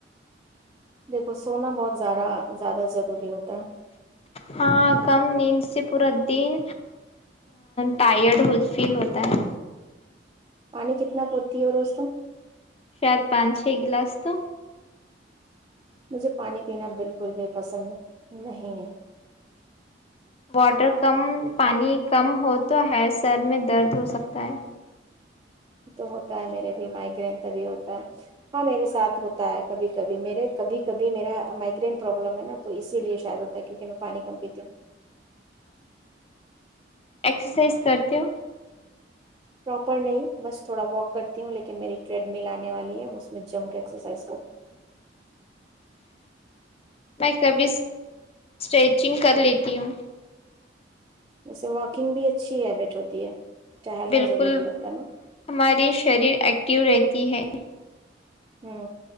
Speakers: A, on the right (about 25°); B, on the left (about 35°).
A: دیکھو سونا بہت زیادہ زیادہ ضروری ہوتا ہے
B: ہاں کم نیند سے پورا تین ٹائرڈ فیل ہوتا ہے
A: پانی کتنا پہ تو روستم
B: شید پان چھ گلاس تو
A: مجھے پانی پینا بالکل بھی پسند ہے نہیں
B: واٹر کم پانی کم ہو تو ہے سر میں درد ہو سکتا ہے
A: تو ہوتا ہے میرے مائگرین تبھی ہوتا ہے ہاں میرے ساتھ ہوتا ہے کبھی کبھی میرے کبھی کبھی میرا مائگرین پرابلم ہے نا تو اسی لیے شاید ہوتا ہے کیونکہ میں پانی کم پیتی ہوں
B: ایکسرسائز سدو <unintelligible>
A: پراپر نہیں بس تھوڑا واک کرتی ہوں لیکن میری ٹریڈ مل آنے والی ہے اس میں جم ایکسرسائز کروں
B: میں کبھی اسٹریچنگ کر لیتی ہوں
A: ویسے واکنگ بھی اچھی ہیبٹ ہوتی ہے ٹہلنا
B: بالکل
A: ضروری رہتا ہے نا
B: ہمارے شریر ایکٹو رہتی ت ہے <unintelligible>
A: ہ